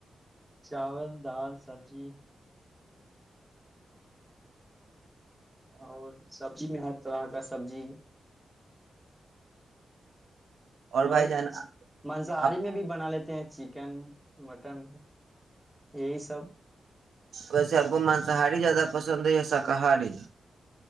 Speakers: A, in the centre; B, on the right (about 75°).
A: چاول دال سبزی اور سبجی میں <unintelligible> سبجی
B: بھائی
A: اور
B: جان
A: منشااری
B: آپ
A: میں بھی بنا لے <unintelligible> چکن متان یائی سب
B: ویسے <unintelligible> پسند ہے یا سخاہری